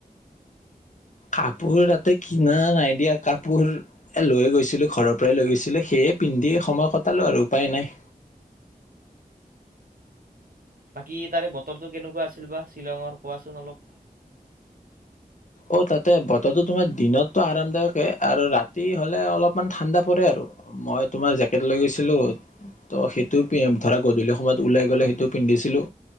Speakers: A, on the left; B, on the right.
A: কাপোৰ তাতে কিনা নাই দিয়া কাপোৰ লৈ গৈছিলো ঘৰৰ পৰাই লৈ গৈছিলো সেয়ে পিন্ধি সময় কটালো আৰু উপায় নাই।
B: বাকী তাৰে বতৰটো কেনেকুৱা আছিল বা শ্বিলঙৰ কোৱাচোন অলপ।
A: অ' তাতে বতৰটো তোমাৰ দিনততটো আৰামদায়কে আৰু ৰাতি হ'লে অলপমান ঠাণ্ডা পৰে আৰু মই তোমাৰ জেকেট লৈ গৈছিলোঁ তো সেইটো ধৰা গধূলি সময়ত ওলাই গ'লে সেইটো পিন্ধিছিলোঁ